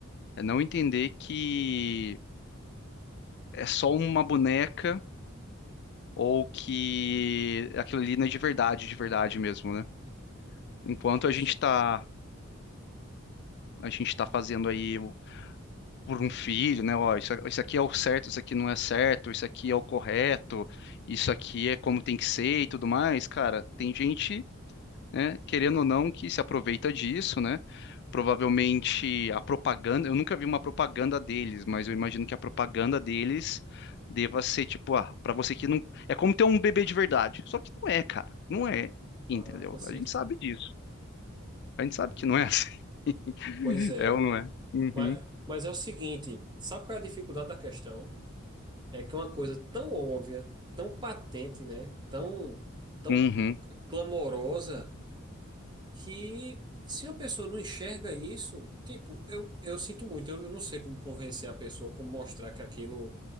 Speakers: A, on the left; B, on the right.
A: É não entender que é só uma boneca. ou que aquilo ali não é de verdade, de verdade mesmo, né? Enquanto
B: Isso.
A: a gente tá, a gente tá fazendo aí o- por um filho, né? Ó, isso, isso aqui é o certo, isso aqui não é certo, isso aqui é o correto, isso aqui é como tem que ser e tudo mais, cara, tem gente né? Querendo ou não, que se aproveita disso, né? Provavelmente a propaganda, eu nunca vi uma propaganda deles, mas eu imagino que a propaganda deles deva ser tipo, ah, para você que não, é como ter um bebê de verdade. Só que não é, cara, não é, entendeu?
B: Ah, com certeza.
A: A gente sabe disso. A gente sabe que não é assim. <laughs>
B: Pois é.
A: É ou não é? Uhum.
B: Mas, mas é o seguinte, sabe qual é a dificuldade da questão? É que é uma coisa tão óbvia, tão patente, né? Tão, tão
A: Uhum.
B: clamorosa que se uma pessoa não enxerga isso, tipo, eu, eu sinto muito, eu, eu não sei como convencer a pessoa, como mostrar que aquilo,